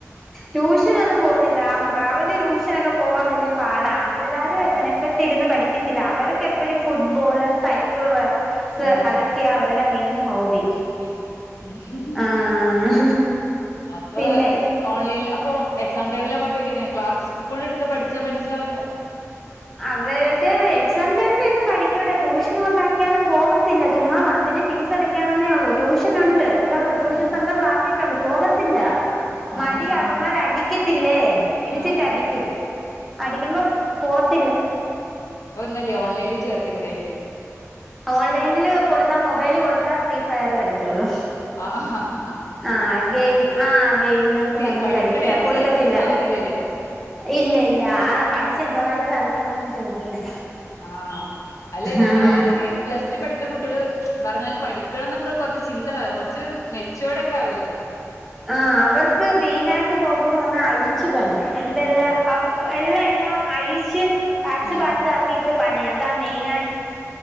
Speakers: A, in the centre; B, on the left (about 70°).
A: ട്യൂഷനൊന്നും പോവുന്നില്ല അവന് ട്യൂഷനൊക്കെ പോകാൻ വല്ല്യ പാടാ ആമ്പിള്ളേര്
B: ആഹ്
A: മെനക്കെട്ട് ഇരുന്ന് പഠി പഠികത്തില്ല അവർക്ക് എപ്പഴും ഫുഡ്ബോൾ സൈക്കിൾ റൈസ്
B: ഉം
A: അതെക്കെയാ അവരെ ഡി മെയ്ൻ ഹോബി
B: ഉം
A: ആഹ്
B: അപ്പ
A: പിന്നെ
B: ഓൺലൈനിൽ അപ്പൊ എക്സാം ടൈമില് ആകുമ്പപ്പയെങ്ങനെ ക്ലാസ് സ്കൂൾലെടുത്ത് പഠിച്ചാ മനസ്സിലാവത്രെ
A: അവര്ടെ എക്സാം <unintelligible> ട്യൂഷൻ കൊണ്ടാക്കിയാലും പോകത്തില്ല ചുമ്മാ തില് ഫീസ് അടക്കാവ്ന്നേ ഒള്ളൂ ട്യൂഷന് ഉണ്ട് ഇവിടെ ട്യൂഷൻ
B: ഉം
A: സെന്ററിൽ ആക്കിയിട്ടുണ്ട് പോകത്തില്ല
B: ആഹ്
A: മടി അവന്മാര് അടിക്കത്തില്ലേ പിടിച്ചിട്ടടിക്കും
B: ആഹ്
A: അടിക്കുമ്പോ പോത്ത
B: ന്നല്ലേ ഓൺലൈനില് ചേർത്തി കൂടേനില്ലേ
A: ഓൺലൈനിൽ കൊട്ത്താ മൊബൈല് കൊടുത്താ ഫ്രീ ഫയറ് കളിച്ചോളും
B: ആഹ് ആഹ്
A: ആഹ് ഗെയിം ആഹ് ഗെയിമിനകത്ത്
B: സി
A: ഭയങ്കര
B: പഠിക്കണേന്
A: അഡിറ്റാ കൊടുക്കത്തില്ല
B: സീരിയസ്നെസ് വന്നിട്ടില്ലല്ലേ
A: ഇല്ല ഇല്ല ആ പഠിച്ച എന്തോകാര്യം സാധിക്കാനെന്നാ ചോദിക്കുന്നെ
B: ആഹ് അല്ലെ സാധാരണക്കെഈ
A: ആഹ്
B: പ്ലസ്ടു പഠിക്കുന്ന കുട്ടികള് പറഞ്ഞാല് പഠിക്കണം എന്നൊക്കെ കൊർച്ച് ചിന്തള്ള കൊർച്ച് മെചോഡോക്കെ ആവൂലേ
A: ആ അവർക്ക് മെയ്നായിട്ട് ഹോബിന്ന് പറഞ്ഞാ അഴിച്ചു പണി എന്തെല്ലാം
B: ആഹ്
A: <unintelligible> എല്ല എല്ലാം അഴിച്ച് പാട്സ്
B: ആഹ്
A: പാട്സാക്കിയിട്ട് പണി അതാ മെയ്നാ